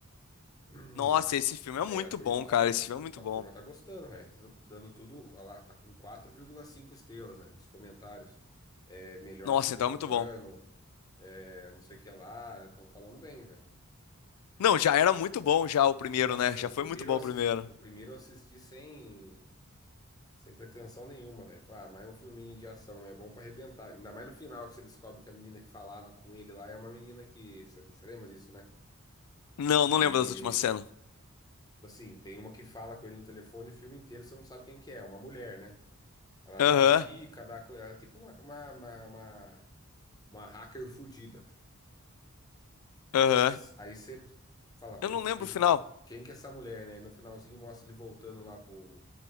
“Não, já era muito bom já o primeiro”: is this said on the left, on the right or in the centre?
Left